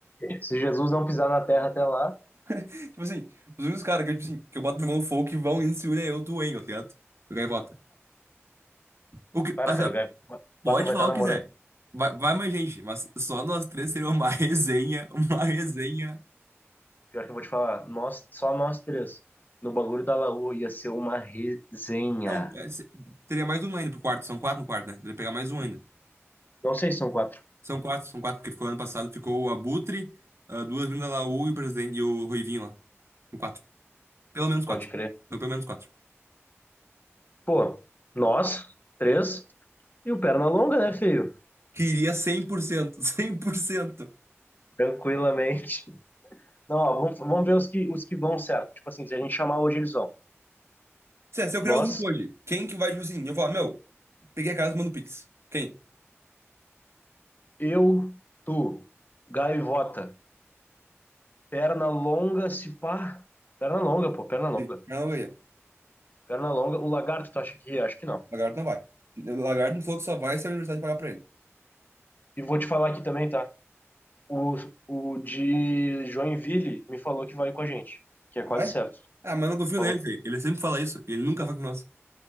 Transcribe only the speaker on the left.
se Jesus não pisar na terra até lá,
para,
cara,
o Gaivota
vai
estar
namorando.
Pior que eu vou te falar, nós, só nós três, no bagulho da Laú, ia ser uma resenha.
Não sei se são quatro.
Pode
crer.
Pô, nós, três, e o perna longa, né, filho?
Tranquilamente. <laughs> Não, ó, vamos, vamos ver os que, os que vão certo. Tipo assim, se a gente chamar hoje, eles vão.
Nós,
eu, tu, gaivota, perna longa, se pá. Perna longa, pô, perna longa.
Perna longa. O lagarto, tu acha que? é? Acho que não.
E vou te falar aqui também, tá? O, o de Joinville me falou que vai com a gente, que é quase
certo.
Falou.